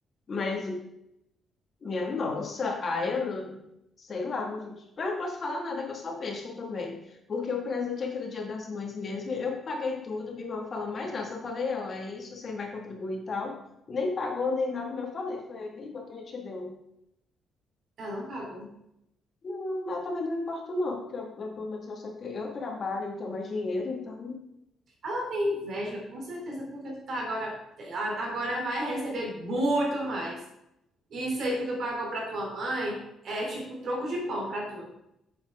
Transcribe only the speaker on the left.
Mas Minha nossa, ai, eu não, sei lá, meu filho. Mas eu não posso falar nada que eu sou besta também. Porque o presente aqui do Dia das Mães mesmo, eu paguei tudo, minha irmã não falou mais nada. Só falei, ó, é isso, você vai contribuir e tal. Nem pagou, nem nada, mas eu falei, foi a língua que a gente deu.
Não, mas também não me importa, não, porque eu, eu, pelo menos eu sei que eu trabalho e tenho mais dinheiro, então.